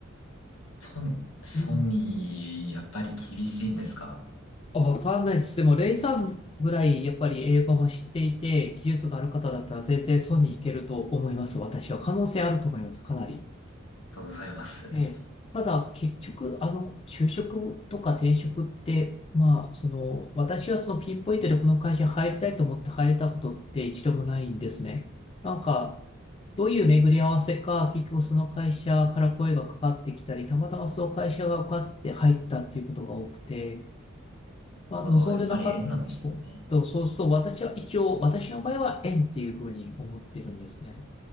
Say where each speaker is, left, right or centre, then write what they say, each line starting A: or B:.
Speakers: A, on the left; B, on the left.
A: ソニ、ソニー、
B: うん。
A: やっぱり厳しいんですかあり
B: あわかんないです。でも、レイさんぐらいやっぱり英語も知っていて、技術がある方だったら全然そうにいけると思います。私は。可能性あると思います。かなり。
A: がとうございます。なる
B: ええ、ただ、結局、あの、就職とか転職って、まあ、その、私はそのピンポイントでこの会社に入りたいと思って入れたことって一度もないんですね。なんか、どういう巡り合わせか、結局その会社から声がかかってきたり、たまたまその会社が受かって入ったっていうことが多くて、まあ、
A: ほど、
B: 望んでなかった、
A: やっぱり縁なんですね。
B: そう、とそうすると、私は一応、私の場合は縁っていうふうに思ってるんですね。